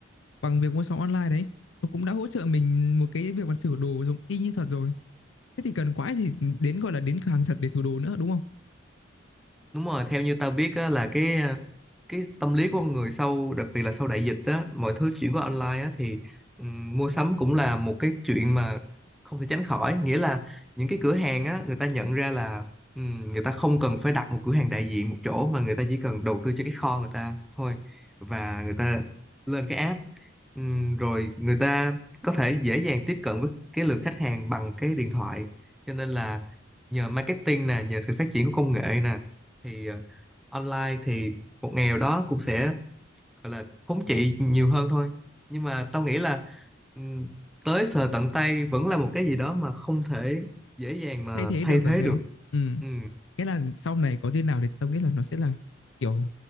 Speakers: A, on the left; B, in the centre.
A: bằng việc mua sắm online đấy, nó cũng đã hỗ trợ mình một cái việc mà thử đồ giống y như thật rồi. Thế thì cần quái gì đến, gọi là, đến cửa hàng thật để thử đồ nữa, đúng không?
B: đúng rồi theo như tao biết á, là cái cái tâm lý của con người sau đặc biệt là sau đại dịch á mọi thứ chuyển qua online á thì ừm, mua sắm cũng là một cái chuyện mà không thể tránh khỏi nghĩa là những cái cửa hàng á người ta nhận ra là ừm, người ta không cần phải đặt một cửa hàng đại diện một chỗ mà người ta chỉ cần đầu tư cho cái kho người ta thôi và người ta lên cái app Ừm, rồi người ta có thể dễ dàng tiếp cận với cái lượt khách hàng bằng cái điện thoại cho nên là nhờ marketing nè nhờ sự phát triển của công nghệ nè thì ờ, online thì một nghèo đó cũng sẽ gọi là thống trị nhiều hơn thôi nhưng mà tao nghĩ là ừm, tới sờ tận tay vẫn là một cái gì đó mà không thể dễ dàng mà
A: thay thế
B: thay
A: được rồi
B: thế
A: phải
B: được
A: không ừ
B: ừ,
A: nghĩa là sau này có tin nào thì tao nghĩ là nó sẽ là kiểu